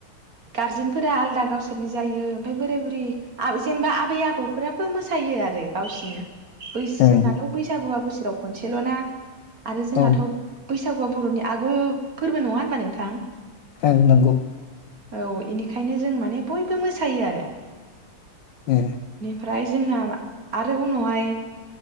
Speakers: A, on the right (about 45°); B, on the left (about 70°).
A: गारजेनफोरा आलदा गावसोरनि जायो ओमफ्राय बोराय बुरै जेनेबा आबै आबौफोरा मोसायो आरो गावसिनि बै जोंनाथ'
B: ओं
A: बैसागुआ बो सोराव खनसेल'ना आरो जोंहाथ'
B: औ
A: बै सागुआ बर'नि आगु फोरबो नङा होनबा नोंथां
B: ए नंगौ
A: औ इनिखायनो जों माने बयबो मोसायो आरो
B: ए
A: फ्राय जोंना आरो उनावहाय